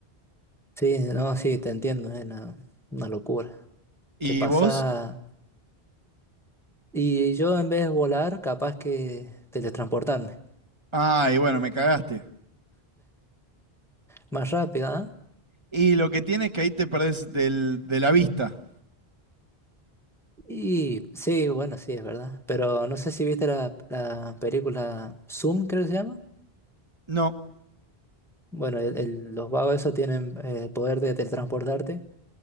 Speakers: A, in the centre; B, on the right.
A: Sí, no, sí, te entiendo, es una, una locura.
B: ¿Y
A: Te pasa...
B: vos?
A: Y yo en vez de volar, capaz que teletransportarme.
B: Ay, bueno, me cagaste.
A: Más rápido, ¿ah?
B: Y lo que tiene es que ahí te perdés del, de la vista.
A: Y sí, bueno, sí, es verdad. Pero no sé si viste la, la película Zoom, creo que se llama.
B: No,
A: Bueno, el- el- los vagos esos tienen eh, el poder de teletransportarte.